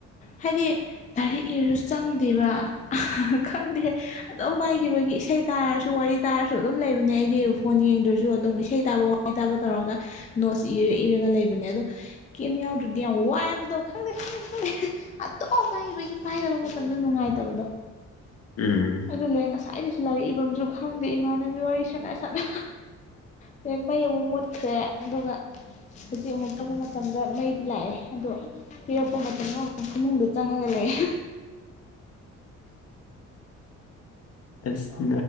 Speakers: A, on the left; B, on the left.
A: ꯍꯥꯏꯗꯤ ꯂꯥꯏꯔꯤꯛ ꯏꯔꯁꯨ ꯆꯪꯗꯦꯕ ꯈꯪꯗꯦ ꯑꯗꯨꯝ ꯄꯥꯏꯈꯤꯕꯒꯤ ꯏꯁꯩ ꯇꯥꯔꯁꯨ ꯋꯥꯔꯤ ꯇꯥꯔꯁꯨ ꯑꯗꯨꯝ ꯂꯩꯕꯅꯦ ꯑꯩꯗꯤ ꯐꯣꯟ ꯌꯦꯡꯗ꯭ꯔꯁꯨ ꯑꯗꯨꯝ ꯏꯁꯩ ꯇꯥꯕ ꯋꯥꯔꯤ ꯇꯥꯕ ꯇꯧꯔꯒ ꯅꯣꯠꯁ ꯏꯔꯥ ꯏꯔꯥꯒ ꯂꯩꯕꯅꯦ ꯑꯗꯣ ꯀꯦꯝ ꯌꯥꯎꯔꯗꯤ ꯌꯥꯝ ꯋꯥꯏꯕꯗꯣ ꯈꯪꯗꯦ ꯈꯪꯗꯦ ꯈꯪꯗꯦ ꯑꯗꯣꯝ ꯄꯥꯏꯒꯤꯕꯒꯤ ꯄꯥꯏꯗꯕ ꯃꯥꯇꯝꯗ ꯅꯨꯡꯉꯥꯏꯇꯕꯗꯣ
B: ꯎꯝ
A: ꯑꯗꯨ ꯂꯩ ꯉꯁꯥꯏꯗꯁꯨ ꯂꯥꯏꯔꯤꯛ ꯏꯕꯝꯖꯨ ꯈꯪꯗꯦ ꯏꯃꯥꯅꯒꯤ ꯋꯥꯔꯤ ꯁꯥꯟꯅ ꯁꯥꯟꯅ ꯑꯗꯩ ꯃꯩ ꯑꯃꯨꯛ ꯃꯨꯠꯈ꯭ꯔꯦ ꯑꯗꯨꯒ ꯍꯧꯖꯤꯛ ꯑꯃꯨꯛ ꯇꯛꯄ ꯃꯇꯝꯗ ꯃꯩꯗꯤ ꯂꯥꯛꯑꯦ ꯑꯗꯣ ꯄꯤꯔꯛꯄ ꯃꯇꯝꯗ ꯑꯃꯨꯛ ꯐꯃꯨꯡꯗ ꯆꯪꯉꯒ ꯂꯩꯌꯦ
B: ꯑꯁ <unintelligible>